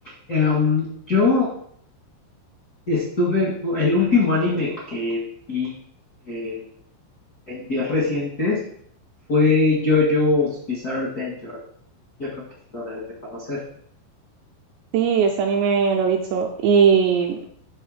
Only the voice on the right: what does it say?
Sí, ese anime lo he visto y